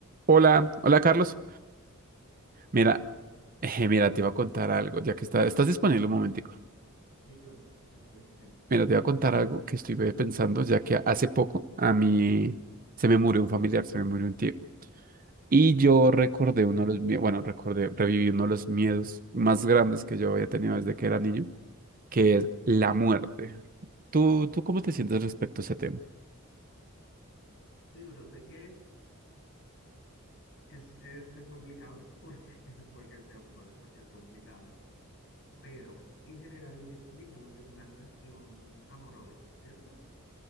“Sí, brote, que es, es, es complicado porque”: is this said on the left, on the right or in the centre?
Left